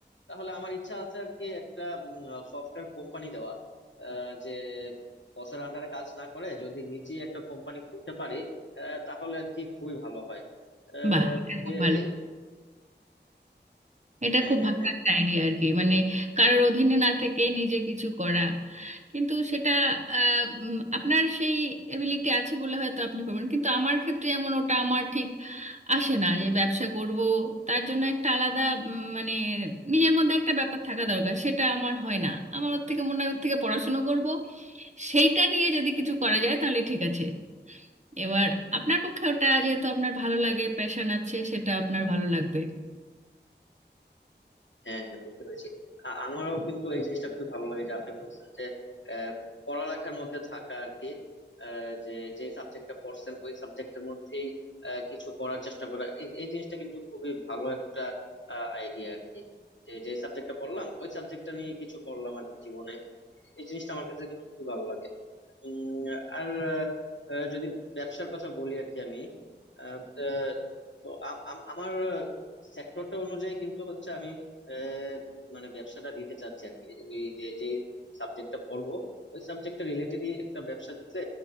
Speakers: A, on the left; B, on the right.
A: তাহলে আমার ইচ্ছা আছে আর কি একটা সফটওয়্যার কোম্পানি দেওয়া আহ, যে বসের আন্ডারে কাজ না করে যদি নিজে একটা কোম্পানি খুলতে পারি আহ, তাহলে আর কি খুবই ভালো হয় আহ,
B: বাহ এটা খুব
A: এ-
B: ভালো
A: এই-
B: এটা
A: হ্যাঁ
B: খুব
A: হ্যাঁ
B: ভালো
A: হ্যাঁ
B: একটা আইডিয়া আর কি মানে কারোর অধীনে না থেকে নিজে কিছু করা কিন্তু সেটা আহ, উম, আপনার সেই এবিলিটি আছে বলে হয়তো আপনি পারবেন কিন্তু আমার ক্ষেত্রে এমন ওটা আমার ঠিক আসে না যে ব্যবসা করব তার জন্য একটা আলাদা উম, মানে নিজের মধ্যে একটা ব্যাপার থাকা দরকার সেটা আমার হয় না আমার ওর থেকে মনে হয় ওর থেকে পড়াশুনো করব সেইটা নিয়ে যদি কিছু করা যায় তাহলে ঠিক আছে এবার আপনার পক্ষে ওটা যেহেতু আপনার ভালো লাগে প্যাশন আছে সেটা আপনার ভালো লাগবে
A: হ্যাঁ হ্যাঁ বুঝতে পেরেছি আ- আমারও কিন্তু এই জিনিসটা খুব ভালো লাগে যে আপনি বলছেন যে আহ, পড়ালেখার মধ্যে থাকা আর কি আহ, যে যে সাবজেক্টটা পড়ছেন ওই সাবজেক্টের মধ্যেই আহ, কিছু করার চেষ্টা করা এই এই জিনিসটা কিন্তু খুবই ভালো একটা আইডিয়া আর কি যে যে সাবজেক্টটা পড়লাম ওই সাবজেক্টটা নিয়ে কিছু করলাম আর কি জীবনে এই জিনিসটা আমার কাছে কিন্তু খুব ভালো লাগে উম, আর আহ, যদি ব্যবসার কথা বলি আর কি আমি আহ, তো আ- আম- আমার সেক্টরটা অনুযায়ী কিন্তু হচ্ছে আমি আহ, মানে ব্যবসাটা দিতে চাচ্ছি আর কি ওই যে যে সাবজেক্টটা পড়বো ওই সাবজেক্টটা রিলেটেডই একটা ব্যবসা দিতে